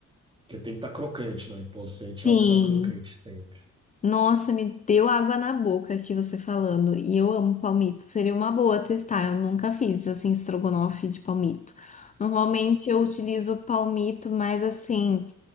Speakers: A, on the right; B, on the left.
A: que tem que estar crocante, não é importante
B: Sim.
A: é ela estar crocante sempre.
B: Nossa, me deu água na boca aqui você falando. E eu amo palmito. Seria uma boa testar. Eu nunca fiz assim estrogonofe de palmito. Normalmente eu utilizo palmito mais assim